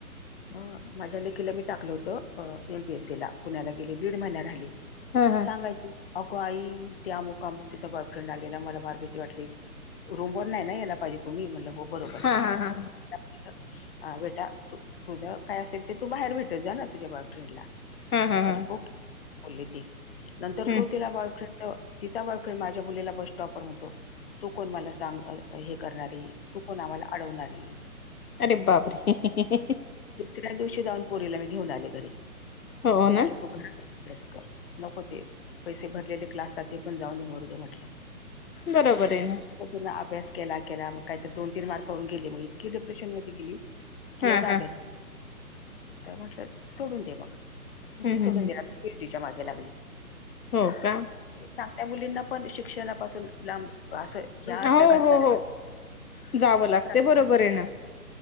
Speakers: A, on the left; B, on the left.
A: ह अ माझ्या लेकीला मी टाकल होतं एमपीएससी ला पुण्याला गेली दीड महिना राहिली
B: ह ह
A: सांगायची अगो आई ते अमुक अमुकीचा बॉयफ्रेंड आलेला मला फार भीती वाटली. रूमवर नाही ना याला पाहिजे कोणी म्हणलं हो बरोबर
B: हा
A: ए तिला
B: हा हा
A: म्हणलं बेटा तुझ काय असेल ते तू बाहेर भेटत जा ना तुझ्या बॉयफ्रेंडला
B: हा हा हा
A: तर ओके बोलली ती नंतर
B: हम्
A: तो तिला बॉयफ्रेंड तिचा बॉयफ्रेंड माझ्या मुलीला बस स्टॉपवर म्हणतो तू कोण मला सांग हे करणारी तू कोण आम्हाला अडवणारी
B: अरे बापरे हे हे हे
A: त्या दिवशी जाऊन पोरीला मी घेऊन आले घरी
B: हो ना
A: म्हटलं तू घरात अभ्यास कर नको ते पैसे भरलेले क्लासला ते पण जाऊन दे मरुदे म्हटलं.
B: बरोबर आहे ना
A: तो पुन्हा अभ्यास केला केला, मग काही तर दोन- तीन मार्कावरून गेले मग. की डिप्रेशन मध्ये गेली कि
B: हा
A: एवढा अभ्यास.
B: हा
A: तर म्हटलं सोडून दे मग,
B: हम्म
A: मग ते सोडून
B: हम्
A: द्याय कीर्तीच्या माग लागली.
B: हो का
A: चांगल्या मुलींना पण शिक्षणापासून लांब बा असं ह्या असल्या
B: हो
A: घटनांना
B: हो हो जावं लागतं
A: त्रास
B: बरोबर
A: होते
B: ए ना